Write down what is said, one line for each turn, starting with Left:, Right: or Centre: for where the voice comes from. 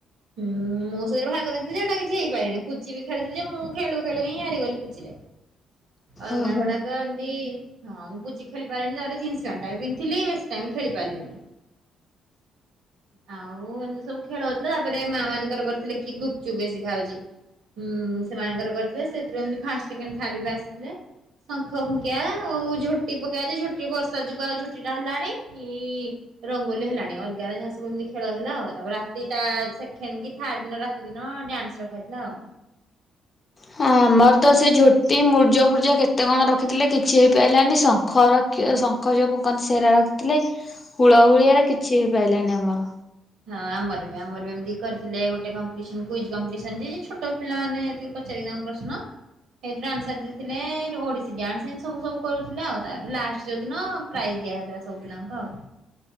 Right: ହୁଁ ମୁଁ ସେଥିରେ ଭାଗ ନେଇଥିଲି ଯେ ସେଟା କିଛି ହେଇପାରିଲିନି ପୁଚିରୁ ବି ଖେଳୁଥିଲେ ଯେ ମୁଁ ଖେଳୁ ଖେଳୁ ହିଁ ହାରିଗଲି ପୁଚିରେ। ଅଲଗା
Left: ଓହୋ।
Right: ଗୁଡାକ ଏମିତି ହଁ ମୁଁ ପୁଚି ଖେଳି ପାରେନି ତା ଜିନସ୍ ଣ୍ଟା ବି ପିନ୍ଧିଥିଲି ବେଶି ଟାଇମ୍ ଖେଳି ପାରିଲିନି। ଆଉ ଏମିତି ସବୁ ଖେଳ ହଉଥିଲା ତାପରେ ମା ମାନଙ୍କର କରିଥିଲେ କି ଗୁପଚୁପ୍ ବେଶୀ କିଏ ଖାଉଛି। ହୁଁ ସେମାନଙ୍କର କରିଥିଲେ ସେଥିରେ ବି ଫାଷ୍ଟ୍ ସେକେଣ୍ଡ ଥାର୍ଡ ବାଛିଥିଲେ। ଶଙ୍ଖ ଫୁଙ୍କିଆ ଆଉ ଝୋଟି ପକେଇଆ ଝୋଟି କେ ବର୍ଷା ଯୁଗ ଆଉ ଝୁଟି ଟା ହେଲାଣି କି ରଙ୍ଗୋଲି ହେଲାଣି ଅଲଗାରା ଯାହା ସବୁ ଏମିତି ଖେଳ ହେଲା ଆଉ ତା ରାତି ତା ସେକେଣ୍ଡ କି ଥାର୍ଡ ଦିନ ରା ସେଦିନ ଡ୍ୟାନ୍ସ ରଖାଯାଇଥିଲା ଆଉ।
Left: ହଁ ଆମର ତ ସେ ଝୋଟି ମୁର୍ଜ ଫୁର୍ଜ କେତେ କଣ ରଖିଥିଲେ କିଛି ହେଇପାରିଲାନି ଶଙ୍ଖର ଶଙ୍ଖ ଯୋଉ ଫୁଙ୍କନ୍ତି ସେରା ରଖିଥିଲେ
Right: ହ।
Left: ହୁଳହୁଳି ଆରେ କିଛି ହେଇ ପାଇଲାନି ଆମର।
Right: ହଁ ଆମର ବି ଆମର ବି ଏମିତି କରିଥିଲେ ଗୋଟେ କମ୍ପିଟିସନ୍ କୁଇଜ୍ ଯେ ଛୋଟ ପିଲାମାନେ କି ପଚାରିବ ତାଙ୍କୁ ପ୍ରଶ୍ନ ଏଇଥିରୁ ଆନ୍ସାର ଦେଇଥିଲେ ଓଡ଼ିଶୀ ଡ୍ୟାନ୍ସ ଏନ୍ ସବୁ ସବୁ କରୁଥିଲେ ଆଉ ତାପରେ ଲାଷ୍ଟ ଯୋଉଦିନ ପ୍ରାଇଜ୍ ଦିଆହେଉଥିଲା ସବୁ ପିଲାଙ୍କୁ ଆଉ।